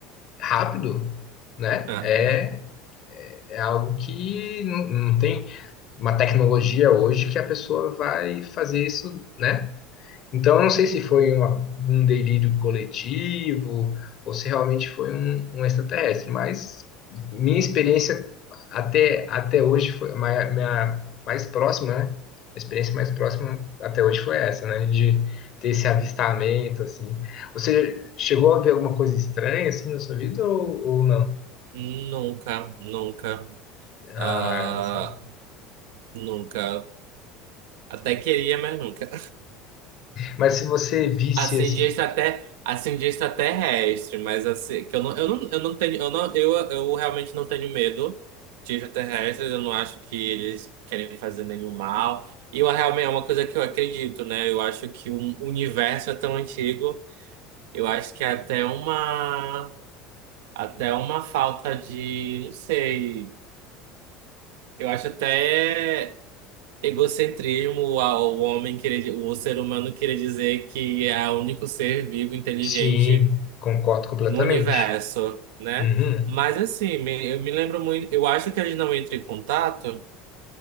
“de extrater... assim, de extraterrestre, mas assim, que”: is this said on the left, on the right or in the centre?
Right